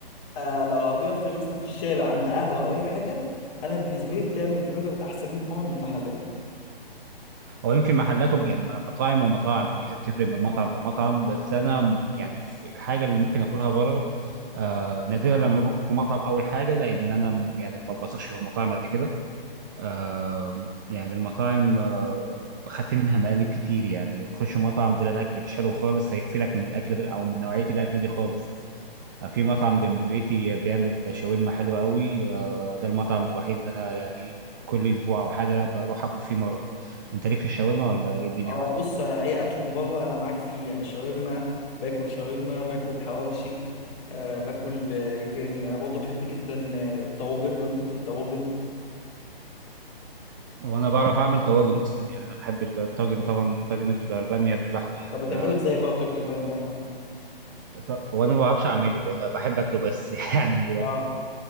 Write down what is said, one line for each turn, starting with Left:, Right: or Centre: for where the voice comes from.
Left: آه لو عربيه في مثلا في الشارع عند قهوه او اي حاجه انا بالنسبه لي بتعمل البرجر احسن 100 مره من المحلات
Right: هو يمكن محلاتهم يعني مطاعم ومطاعم بتفرق من مطعم لمطعم بس انا يعني في الحاجه اللي ممكن اكلها بره آه نادرا لما باكل في مطعم اول حاجه لان انا يعني ما بثقش في المطاعم قد كده آم، يعني المطاعم آه، خدت منها مقالب كتير يعني تخش مطعم تلاقي الاكل مش حلو خالص هيقفلك من الاكل ده او من نوعيه الاكل دي خالص آه، في مطعم جنب بيتي بيعمل شاورما حلوه قوي آه، ده المطعم الوحيد اللي انا يعني كل اسبوع او حاجه بروح اكل فيه مره انت ليك في الشاورما ولا ايه الدنيا
Left: اه
Right: معاك
Left: بص يعني اي اكل من بره انا معاك فيه يعني شاورما باكل شاورما باكل حواوشي آه باكل آه، ايه تاني انا برضه بحب جدا آه، الطواجن لو انت ليك في الطواجن
Right: وانا بعرف اعمل طواجن اصلا يعني انا بحب الطاجن طبعا طاجن الباميه باللحمه يعني
Left: طب بتعمله
Right: ده
Left: ازاي بقى الطاجن البايم باللحمه
Right: ط- وانا ما بعرفش اعمله وانا بحب اكله بس <laughs> يعني
Left: اه